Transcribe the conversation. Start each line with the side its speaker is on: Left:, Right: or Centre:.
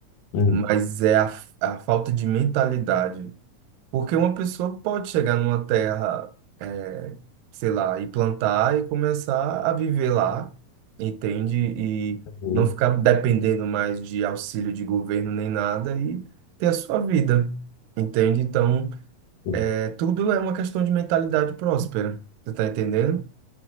Left: Hum.
Right: mas é a, a falta de mentalidade. Porque uma pessoa pode chegar numa terra, eh, sei lá, e plantar e começar a viver lá, entende? E
Left: Uhum.
Right: não ficar dependendo mais de auxílio de governo nem nada e ter a sua vida, entende? Então,
Left: Uhum.
Right: eh, tudo é uma questão de mentalidade próspera, você tá entendendo?